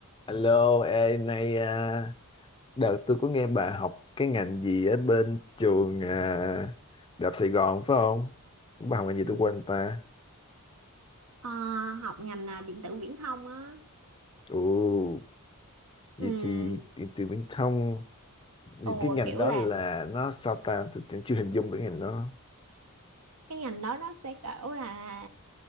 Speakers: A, on the left; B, on the right.
A: Alo, ê, nay à, đợt tôi có nghe bà học cái ngành gì ở bên trường à, Đại học Sài Gòn phải không? Bà học ngành gì
B: Ừ.
A: tôi quên ta.
B: Ờ, học ngành à, điện tử viễn thông á
A: Ồ, vậy
B: Ừ,
A: thì từ Viễn thông, thì
B: ồ
A: cái ngành
B: kiểu
A: đó
B: là
A: là nó sao ta, tôi cũng chưa hình dung được ngành đó.
B: cái ngành đó nó sẽ kiểu là